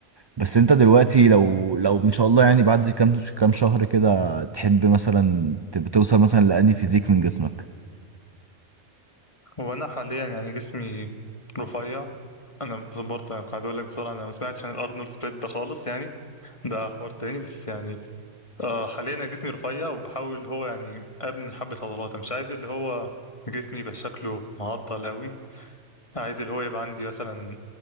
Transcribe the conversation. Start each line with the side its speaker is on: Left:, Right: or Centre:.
Right: بس انت دلوقتي لو لو ان شاء الله يعني بعد كام كام شهر كده تحب مثلا تب- توصل مثلا لاني فيزيك من جسمك
Left: هو انا حاليا يعني جسمي رفيع انا بس برضه يعني قاعد اقول لك بصراحه انا ما سمعتش عن الارنولد سبليت ده خالص يعني ده حوار تاني بس يعني آه حاليا انا جسمي رفيع وبحاول هو يعني ابني حبه عضلات أنا مش عايز اللي هو جسمي يبقى شكله معضل قوي عايز اللي هو يبقى عندي مثلا